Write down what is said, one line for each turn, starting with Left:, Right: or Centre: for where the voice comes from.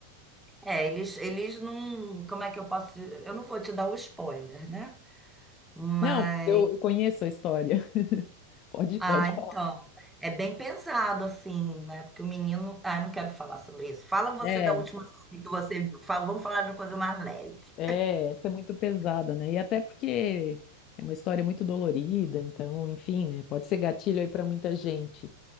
Centre: É, eles, eles não. Como é que eu posso. dizer? Eu não vou te dar o spoiler, né? Mas.
Left: Não, eu, eu conheço a história. <laughs> Pode,
Centre: Ah,
Left: pode
Centre: então.
Left: falar.
Centre: É bem pesado, assim, né? Porque o menino. Ah, eu não quero falar sobre isso. Fala você
Left: É,
Centre: da última série que você viu. Fala- vamos falar de uma coisa mais leve.
Left: é, essa é muito pesada, né? E até porque é uma história muito dolorida, então, enfim, né? Pode ser gatilho aí para muita gente.